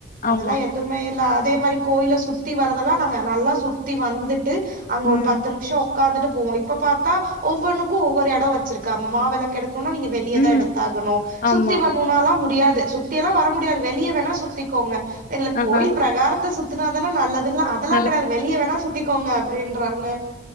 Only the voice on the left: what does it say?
ஆமா
ம்
ம்
ஆமா
ஆஹா
நல்லது